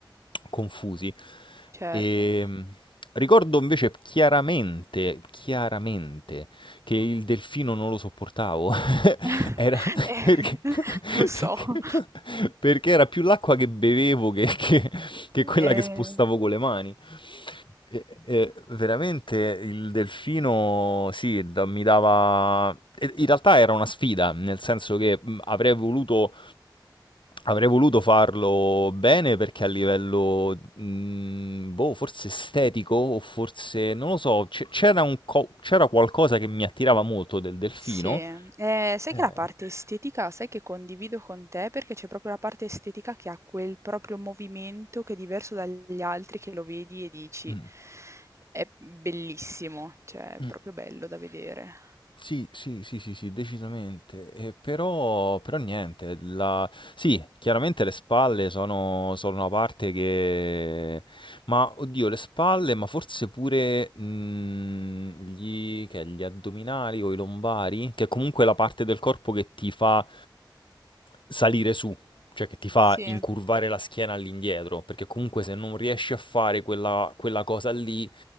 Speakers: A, on the left; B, on the right.
A: confusi.
B: Certo.
A: E, mh, ricordo invece chiaramente, chiaramente che il delfino non lo sopportavo. <laughs>
B: <laughs>
A: Era <laughs>
B: Eh,
A: perché <laughs>
B: <laughs> lo so.
A: perché era più l'acqua che bevevo che che che quella
B: Eh,
A: che spostavo con le mani. E e veramente il delfino sì, da mi dava e in realtà era una sfida, nel senso che, mhmm, avrei voluto Avrei voluto farlo bene perché a livello, mhmm, boh, forse estetico o forse non lo so, c'e c'era un co c'era qualcosa che mi attirava molto del delfino
B: Sì, Eh, sai
A: Eh.
B: che la parte estetica, sai che condivido con te perché c'è proprio la parte estetica che ha quel proprio movimento che è diverso dagli altri, che lo vedi e dici
A: Mh.
B: è bellissimo, cioè è
A: Mh.
B: proprio bello da vedere.
A: Sì, sì, sì, sì, sì, decisamente. E però però niente, la sì, chiaramente le spalle sono sono una parte che ma oddio, le spalle, ma forse pure, mhmm, gli che è, gli addominali o i lombari, che è comunque la parte del corpo che ti fa salire su, cioè che ti fa
B: Sì.
A: incurvare la schiena all'indietro, perché comunque se non riesci a fare quella, quella cosa lì,